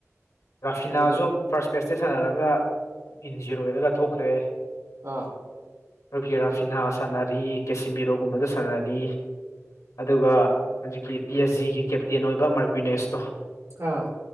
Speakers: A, on the left (about 85°); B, on the right (about 75°).
A: ꯔꯥꯐꯤꯅꯥꯁꯨ
B: ꯀꯩꯅꯣꯗꯤ
A: ꯐꯥꯔꯁ ꯃꯦꯠꯁꯇ ꯁꯥꯟꯅꯔꯒ ꯏꯟ ꯖꯤꯔꯣ ꯑꯣꯏꯔꯒ ꯊꯣꯛꯈ꯭ꯔꯦ
B: ꯑꯥ
A: ꯔꯨꯀꯤꯔꯥꯐꯤꯍ ꯁꯥꯟꯅꯔꯤ ꯀꯦꯁꯤꯃꯤꯔꯣꯒꯨꯝꯕꯗ ꯁꯥꯟꯅꯔꯤ ꯑꯗꯨꯒ ꯍꯧꯖꯤꯛꯀꯤ ꯄꯤ ꯑꯦꯁ ꯖꯤꯒꯤ ꯀꯦꯞꯇꯦꯟ ꯑꯣꯏꯕ ꯃꯥꯔꯀ꯭ꯋꯏꯅꯁꯇꯣ
B: ꯑꯥ